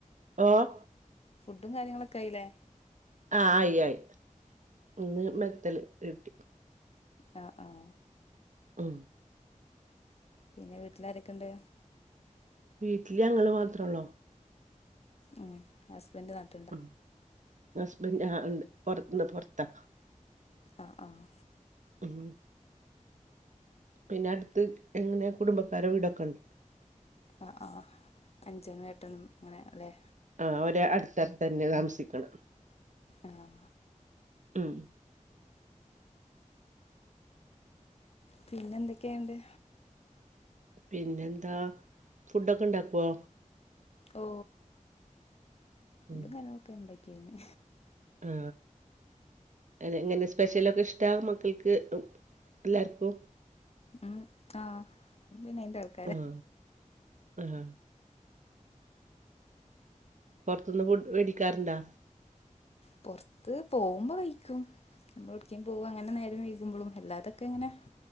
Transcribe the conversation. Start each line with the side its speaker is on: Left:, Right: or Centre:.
Right: ഓഹ്
Left: ഫുഡും കാര്യങ്ങളൊക്കെ ആയില്ലേ?
Right: ആഹ് ആയി ആയി ഇന്ന്
Left: ഉം
Right: മെത്തല് കിട്ടി.
Left: ആഹ് ആഹ്
Right: ഉം
Left: പിന്നെ വീട്ടില് അരൊക്കെ ഉണ്ട്.
Right: വീട്ടില് ഞങ്ങള് മാത്രേള്ളു.
Left: ഉം ഹസ്ബന്ഡ് നട
Right: ഉം ഹസ്ബൻഡ് ആ ഉണ്ട് പുറത്തന്ന് പുറത്താ.
Left: ആഹ് ആഹ്
Right: ഉം പിന്നെടുത്ത് എങ്ങനെ കുടുംബക്കാരെ വീടൊക്കെ ഉണ്ടോ?
Left: ആഹ് ആഹ് അഞ്ചനും, എട്ടനും, അങ്ങനെ അല്ലേ?
Right: ആഹ് ഒര് അടുത്ത്, ടുത്തന്നെ താമസിക്കണ്.
Left: ആഹ്
Right: ഉം
Left: പിന്നെ എന്തൊക്കെണ്ട്?
Right: പിന്നെന്താ ഫുഡൊക്കെ ഇണ്ടാക്കോ?
Left: ഓ ഫുഡും
Right: ഉം
Left: കാര്യങ്ങളൊക്കെ ഇണ്ടാക്കി കയിഞ്ഞ്
Right: ആ എങ്ങനെ സ്പെഷ്യലൊക്കെ ഇഷ്ടമാ മക്കൾക്ക്. കേ ഉം എല്ലാർക്കും.
Left: ഉം ആ പിന്നയിന്റെ ആള്
Right: ആഹ ആഹ് പുറത്തുന്ന് ഫുഡ്‌ മേടിക്കാറുണ്ടാ.
Left: പോറത്ത് പോകുമ്പോ കഴിക്കും നമ്മൾഏവുട്ക്കേം പോവാ അങ്ങനെ നേരം വൈ പോകുമ്പളും അല്ലാതൊക്കെ ഇങ്ങനെ